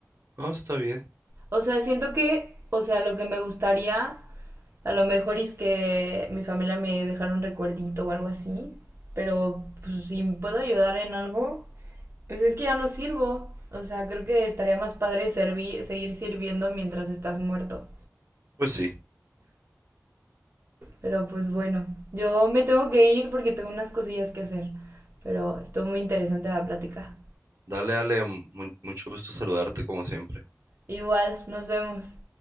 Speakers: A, on the right; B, on the right.
A: Ah, está bien.
B: O sea, siento que, o sea, lo que me gustaría a lo mejor es que mi familia me dejara un recuerdito o algo así, pero pues, si puedo ayudar en algo, Pues es que ya no sirvo. O sea, creo que estaría más padre servi- seguir sirviendo mientras estás muerto.
A: Pues sí.
B: Pero pues bueno, yo me tengo que ir porque tengo unas cosillas que hacer. Pero estuvo muy interesante la plática.
A: Dale, Ale, mu- mucho gusto saludarte como siempre.
B: Igual, nos vemos.